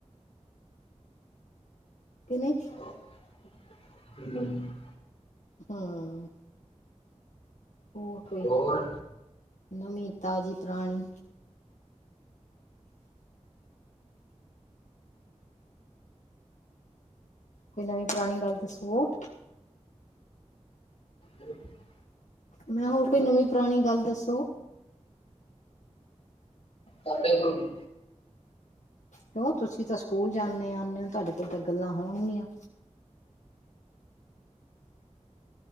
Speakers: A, on the left; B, on the left.
A: ਕੇ ਨੀ
B: ਹੂੰ, <unintelligible>
A: ਹਾਂ। ਹੋਰ ਕੋਈ
B: ਹੋਰ
A: ਨਵੀਂ ਤਾਜ਼ੀ ਪੁਰਾਣੀ? ਕੋਈ ਨਵੀਂ ਪੁਰਾਣੀ ਗੱਲ ਦੱਸੋ।
B: ਹੂੰ, <unintelligible>
A: ਮੈਂ ਹੋਰ ਕੋਈ ਨਵੀਂ ਪੁਰਾਣੀ ਗੱਲ ਦੱਸੋ।
B: ਸਡੇ ਕੋਲ ਕੀ
A: ਕਿਉਂ ਤੁਸੀਂ ਤਾਂ ਸਕੂਲ ਜਾਂਦੇ ਆਉਂਦੇ ਹੋ ਤੁਹਾਡੇ ਕੋਲ ਤਾਂ ਗੱਲਾਂ ਹੋਣਗੀਆਂ।